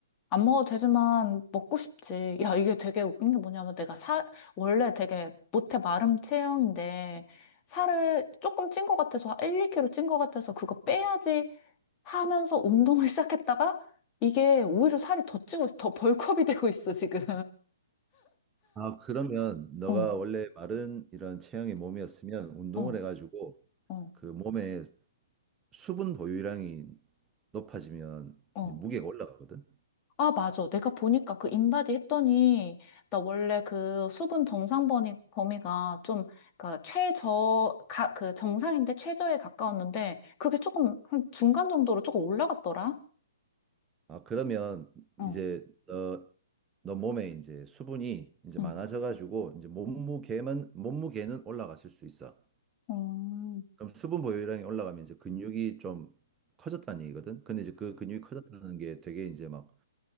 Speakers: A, on the left; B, on the right.
A: 안 먹어도 되지만 먹고 싶지. 야, 이게 되게 웃긴 게 뭐냐면 내가 살, 원래 되게 못해 마름 체형인데 살을 조금 찐 것 같아서 1, 2kg 찐 것 같아서 그거 빼야지 하면서 운동을 <laughs> 시작했다가 이게 오히려 살이 더 찌고 더 벌크업이 되고 있어, 지금.
B: 아, 그러면 너가
A: 어,
B: 원래 마른 이런 체형의 몸이었으면 운동을
A: 어,
B: 해가지고
A: 어,
B: 그 몸에 수분 보유량이 높아지면
A: 어.
B: 이제 무게가 올라가거든.
A: 아, 맞아. 내가 보니까 그 인바디 했더니, 나 원래 그 수분 정상 범위, 범위가 좀, 그 최저, 가, 그 정상인데 최저에 가까웠는데, 그게 조금, 한 중간 정도로 조금 올라갔더라?
B: 아, 그러면
A: 어,
B: 이제 너, 너 몸에 이제 수분이 이제
A: 응.
B: 많아져가지고 이제 몸무게만, 몸무게는 올라갔을 수 있어.
A: 어,
B: 그럼 수분 보유량이 올라가면 이제 근육이 좀 커졌다는 얘기거든. 근데 이제 그 근육이 커졌다는 게 되게 이제 막